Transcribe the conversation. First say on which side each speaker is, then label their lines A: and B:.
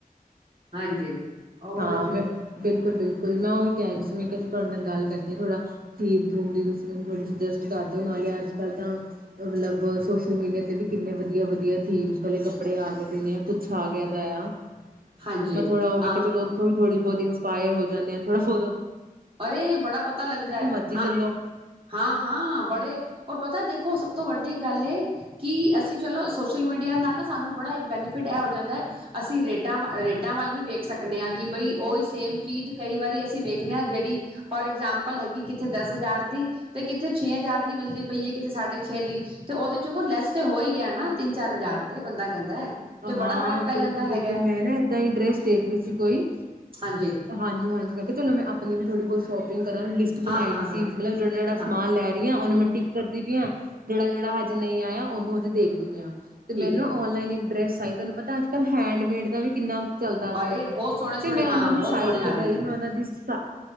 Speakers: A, on the right; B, on the right.
A: ਹਾਂਜੀ। ਉਹੀ
B: ਹਾਂ
A: ਤੇ
B: ਮੈਂ ਬਿਲਕੁਲ, ਬਿਲਕੁਲ। ਮੈਂ ਉਹੀ ਕਹਿ ਸੀ ਮੈਂ ਕਿਹਾ ਤੁਹਾਡੇ ਨਾਲ ਗੱਲ ਕਰਦੀ ਹਾਂ ਥੋੜਾ ਥੀਮ-ਥੂਮ ਦੀ ਤੁਸੀਂ ਮੈਨੂੰ ਥੋੜੀ ਸੁਜੈਸਟ ਕਰਦੋ ਨਾਲੇ ਅੱਜ -ਕੱਲ ਤਾਂ ਮਤਲਬ ਸੋਸ਼ਲ ਮੀਡੀਆ ਤੇ ਵੀ ਕਿੰਨੇ ਵਧੀਆ ਵਧਆ ਥੀਮਸ ਵਾਲੇ ਕੱਪੜੇ ਆ ਗਏ ਨੇ ਕੁਛ ਆ ਗਿਆ ਦਾ ਆ।
A: ਹਾਂਜੀ
B: ਮੈਂ ਥੋੜਾ ਉਹ ਵੇ
A: ਹਾਂ
B: ਚਲੋ ਔਥੋਂ ਵੀ ਥੋੜੀ ਬੋਹੁਤ ਇੰਸਪਾਇਰ ਹੋ ਜਾਂਦੇ ਥੋੜਾ ਹੋਰ
A: ਅਰੇ ਬੜਾ ਪਤਾ ਲੱਗਦਾ ਹੈ
B: ਮਰਜ਼ੀ
A: ਹਾਂ,
B: ਲੈਲੋ
A: ਹਾਂ, ਹਾਂ ਬੜੇ ਔਰ ਪਤਾ ਦੇਖੋ ਸਭ ਸਭ ਤੋਂ ਵੱਡੀ ਗੱਲ ਏ ਕਿ ਅਸੀਂ ਚਲੋ ਸੋਸ਼ਲ ਮੀਡੀਆ ਨਾਲ ਨਾ ਸਾਨੂੰ ਬੜਾ ਇੱਕ ਬੈਨੀਫਿਟ ਇਹ ਹੋ ਜਾਂਦਾ ਹੈ। ਅਸੀਂ ਰੇਟਾਂ ਰੇਟਾਂ ਵੱਲ ਵੀ ਵੇਖ ਸਕਦੇ ਹਾਂ ਕਿ ਬਈ ਉਹੀ ਸੇਮ ਚੀਜ਼ ਕਈ ਵਾਰੀ ਅਸੀਂ ਵੇਖਦੇ ਹਾਂ ਜਿਹੜੀ ਫੋਰ ਐਗਜਾਮਪਲ ਹੈਗੀ ਕਿੱਥੇ ਦਸ ਹਜ਼ਾਰ ਦੀ ਤੇ ਕਿੱਥੇ ਛੇ ਹਜ਼ਾਰ ਦੀ ਮਿਲਦੀ ਪਈ ਹੈ। ਕਿਥੇ ਸਾਡੇ ਛੇ ਦੀ ਤੇ ਉਹਦੇ ਚ ਲੈਸ ਤੇ ਹੋ ਹੀ ਗਿਆ ਨਾ। ਤਿੰਨ ਚਾਰ ਹਜ਼ਾਰ ਤੇ ਬੰਦਾ ਕਹਿੰਦਾ ਹੈ ਤੇ
B: ਹਾਂ
A: ਬੜਾ ਫ਼ਰਕ
B: ਬਿਲਕੁਲ,
A: ਪੈ ਜਾਂਦਾ
B: ਬਿਲਕੁਲ
A: ਹੈਗਾ
B: ਮੈਂ ਨਾ ਏਦਾਂ ਹੀ ਡਰੈਸ ਦੇਖ ਰਹੀ ਸੀ ਕੋਈ
A: ਹਾਂਜੀ
B: ਹਾਂਜੀ, ਹਾਂਜੀ ਮੈਂ ਕਿਹਾ ਚਲੋ ਮੈਂ ਆਪਣੀ ਵੀ ਥੋੜ੍ਹੀ ਬਹੁਤ ਸ਼ੋਪਿੰਗ ਕਰਾ ਲਿਸਟ
A: ਹਾਂ
B: ਬਣਾਈ
A: ਹਾਂ ਹਾਂ
B: ਸੀ। ਮਲਬ ਜਿਹੜਾ ਜਿਹੜ
A: ਹਾਂ
B: ਸਮਾਨ ਲੈ ਰਹੀ ਉਹਨੇ ਮੈ ਟਿੱਕ ਕਰਦੀ ਪਈਆਂ ਜਿਹੜਾ, ਜਿਹੜਾ ਅੱਜ ਨਹੀਂ ਆਇਆ ਉਹਨੂੰ ਅੱਜ ਦੇਖਦੀ ਪਈਆਂ। ਤੇ ਮੈਨੂੰ
A: ਠੀਕ ਹੈ
B: ਔਨਲਾਈਨ ਇੱਕ ਡਰੈਸ ਤੈਨੂੰ ਪਤਾ ਅੱਜ ਕਲ ਹੈਂਡ ਮੇਡ ਦਾ ਵੀ ਕਿੰਨਾ ਚੱਲਦਾ ਪਿਆ,
A: ਅਰੇ ਬਹੁਤ ਸੋਹਣੇ ਸੋਹਣੇ
B: ਤੇ ਮੈਂ
A: ਹਾਂ
B: ਉਨ੍ਹਾਂ ਦੀ
A: ਬਹੁਤ
B: ਸਾਈਟ
A: ਸੋਹਣੇ
B: ਤੇ
A: ਆ ਰਹੇ
B: ਗਈ
A: ਨੇ
B: ਮੈਂ ਉਨ੍ਹਾਂ ਦੀ ਸਾਈ